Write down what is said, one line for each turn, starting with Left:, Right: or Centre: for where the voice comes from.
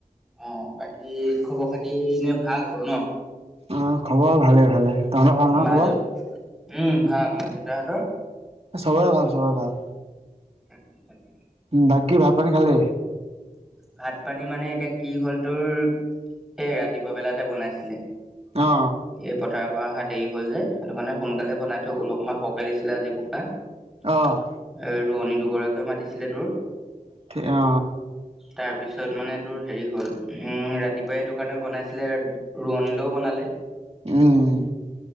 Centre: অ' বাকী খবৰ খাতি এনে ভাল আৰু ন?
Right: অ' খবৰ ভালে ভালে। তহঁতৰ ভাল নহয়
Centre: মা
Right: খবৰ?
Centre: দেউ উম ভাল। মা দেউতাহতৰ?
Right: চবৰে ভাল, চবৰে ভাল।
Centre: সি চাকি <unintelligible>
Right: বাকী ভাত পানী খালি?
Centre: ভাত পানী মানে এতিয়া কি হ'ল তোৰ, এই ৰাতিপুৱা বেলাতে বনাইছিলে
Right: অ
Centre: এই পথাৰ অহা দেৰি হল যে, সেইটো কাৰণে সোনকালে বন থৈ গ'ল, অকমান সহকে দিছিলে আজি বোকা। এ
Right: অ
Centre: ৰোৱনী দুগৰাকীও মাতিছিলে তোৰ।
Right: থ অ,
Centre: তাৰ পিছত মানে তোৰ হেৰি হ'ল। উম, ৰাতিপুৱাই সেইটো কাৰণে বনাইছিলে ৰোৱনীলও বনালে।
Right: উম,